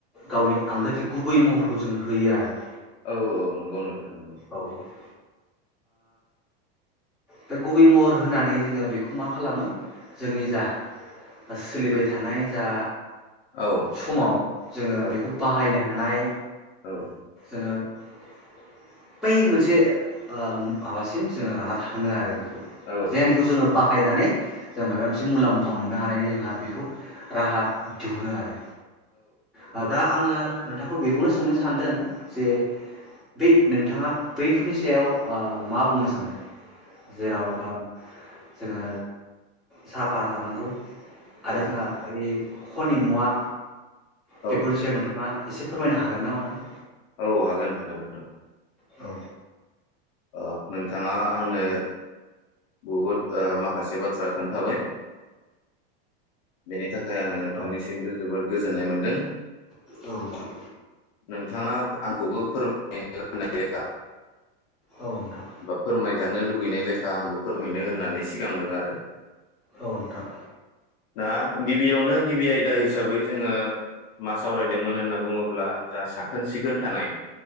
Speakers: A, in the centre; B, on the left (about 45°).
A: गावनि आंगोथि गुबै महरखौ जोङो होयो आरो।
B: औ औ नंगौ नोंथां नंगौ।
A: औ ओ बे गुबै महर होनानै जोङो बेखौ मा खालामो जोंनि जा सोलिबाय थानाय जा
B: औ
A: समाव जोङो
B: औ
A: बेखौ बाहायनो हानाय
B: औ औ।
A: ओ बै मोनसे ओ माबासिम जोङो लाना थाङो आरो
B: औ
A: जेनिखौ जोङो बाहायनानै जों माबा मोनसे मुलाम्फा मोननो हानाय जोंहा बेखौ राहा दिहुनो आरो। ओ दा आङो नोंथांखौ बेखौनो सोंनो सानदों जे बे नोंथाङा बैफोरनि सायाव ओ मा बुंनो सानदों जेराव ओ जोङो साफा थानांगौ आरो
B: औ
A: जोंहा ओइ खनि मुवा
B: औ
A: बेफोरनि सायाव नोंथाङा एसे फोरमायनो हागोन ना अननानै?
B: औ हागोन हागोन नोंथां।
A: औ।
B: ओ नोंथाङा आंनो बहुद माखासे बाथ्रा खोन्थाबाय बेनि थाखाय आङो नोंथांनिसिमबो
A: औ
B: जोबोद गोजोननाय मोन्दों।
A: औ नोंथां।
B: नोंथाङा आंखौबो फोरमाय नाय लेखा
A: औ नोंथां
B: बा फोरमायजानो लुबै लुबैनाय लेखा आंबो फोरमायनो होननानै सिगांदों आरो
A: औ नोंथां।
B: दा गिबियावनो गिबि आयदा हिसाबै जोङो मा सावरायदोंमोन होनना बुङोब्ला जा साखोन सिखोन थानाय।